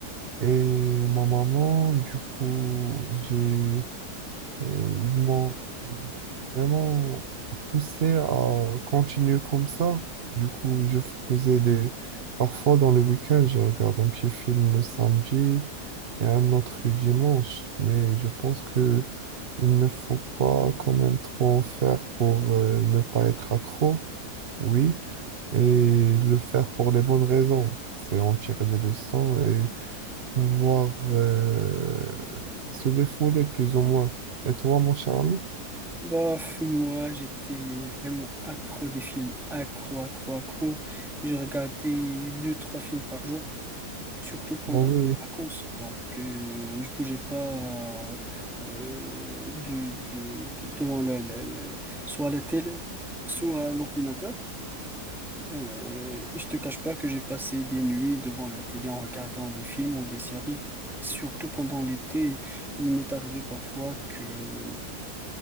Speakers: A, on the right; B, in the centre.
A: Et ma maman, du coup, j'ai, euh, ils m'ont ils m'ont vraiment poussé à continuer comme ça. Du coup, je faisais des... Parfois, dans le week-end, je regarde un petit film le samedi et un autre le dimanche. Mais je pense que il ne faut pas quand même trop en faire pour euh, ne pas être accro, oui, et le faire pour les bonnes raisons. C'est en tirer des leçons pouvoir euh, se défouler plus ou moins. Et toi, mon cher ami?
B: Bof, moi j'étais vraiment accro des films, accro, accro, accro. Je regardais deux, trois films par jour, surtout pendant
A: Ah oui,
B: les
A: oui.
B: vacances. Donc euh, je bougeais pas euh, euh, du, de- de- devant la, la- la- soit la télé, soit l'ordinateur. Euh, je te cache pas que j'ai passé des nuits devant la télé en regardant des films ou des séries. Surtout pendant l'été, il m'est arrivé parfois que